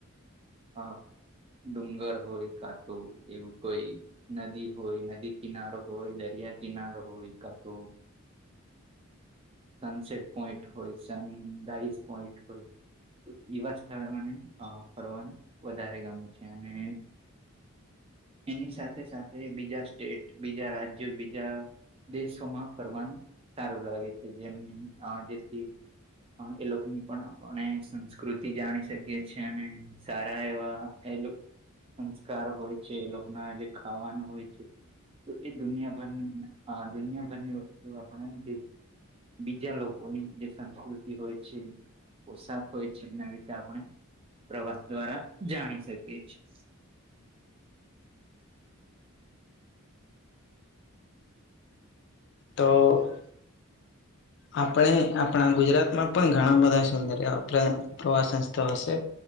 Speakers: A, on the right (about 25°); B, on the left (about 55°).
A: હા, ડુંગર હોય, કા તો એવું કંઈ. નદી હોય, નદી કિનારો હોય, દરિયા કિનારો હોય, કા તો. સનસેટ પોઈન્ટ હોય, સનરાઈઝ પોઈન્ટ હોય. એવા સ્થળે મને ફરવાનું વધારે ગમે છે, અને એની સાથે સાથે, બીજા સ્ટેટ, બીજા રાજ્ય, બીજા દેશોમાં ફરવાનું સારું લાગે છે, જેમની જેથી એ લોકોની પણ આપણે સંસ્કૃતિ જાણી શકીએ છીએ, અને સારા એવા એ સંસ્કાર હોય છે, એ લોકો ના આજે ખાવાનું હોય છે. તો એ દુનિયાભરની દુનિયાભરની વસ્તુ આપણે જે બીજા લોકોની જે સંસ્કૃતિ હોય છે, પોશાક હોય છે, એના રીતે આપણે પ્રવાસ દ્વારા જાણી શકીએ છીએ.
B: તો આપણે આપણા ગુજરાતમાં પણ ઘણા બધા સુંદર પ્રવાસન સ્થળો છે.